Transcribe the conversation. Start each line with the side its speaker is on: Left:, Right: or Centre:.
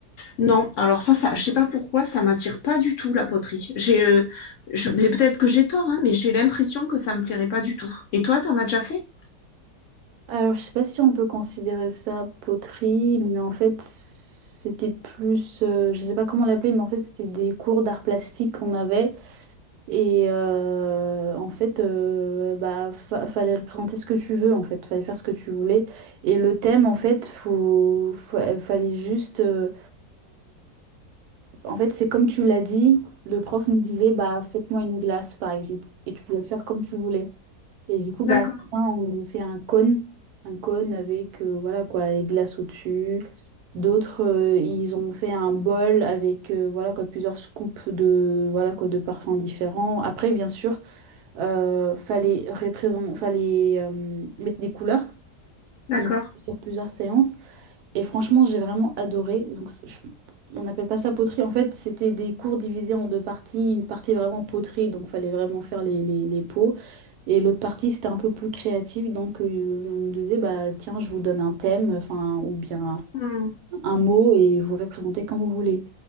Left: Non, alors ça, ça, je sais pas pourquoi, ça m'attire pas du tout la poterie. J'ai, euh, je- mais peut-être que j'ai tort, hein, mais j'ai l'impression que ça me plairait pas du tout. Et toi, t'en as déjà fait?
Right: Alors, je sais pas si on peut considérer ça poterie, mais en fait, c'était plus, euh, je sais pas comment l'appeler, mais en fait, c'était des cours d'art plastique qu'on avait. Et euh, en fait, euh, bah, fa- fallait représenter ce que tu veux, en fait, fallait faire ce que tu voulais. Et le thème, en fait, faut, fa- fallait juste euh, En fait, c'est comme tu l'as dit, le prof nous disait, bah, faites-moi une glace, par exemple. Et tu pouvais faire comme tu voulais. Et du coup, bah,
Left: D'accord,
Right: c'est ça, on nous fait un cône, un cône avec, euh, voilà, quoi, les glaces au-dessus. D'autres, euh, ils ont fait un bol avec, euh, voilà, quoi, plusieurs scoops de, voilà, quoi, de parfums différents. Après, bien sûr, euh, fallait représent- fallait, euh, mettre des couleurs.
Left: d'accord.
Right: Donc, sur plusieurs séances. Et franchement, j'ai vraiment adoré. Donc, c'est- je- on n'appelle pas ça poterie. En fait, c'était des cours divisés en deux parties. Une partie vraiment poterie, donc fallait vraiment faire les, les, les pots. Et l'autre partie, c'était un peu plus créatif. Donc, euh, on nous disait, bah, tiens, je vous donne un thème, enfin, ou bien
Left: Hmm,
Right: un mot, et vous représentez comme vous voulez.